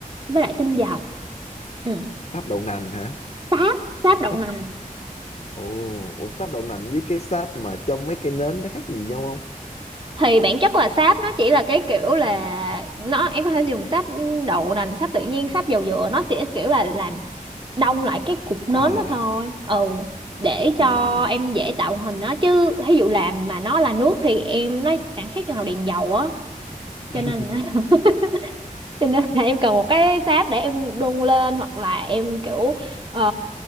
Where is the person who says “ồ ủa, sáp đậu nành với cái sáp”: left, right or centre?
Left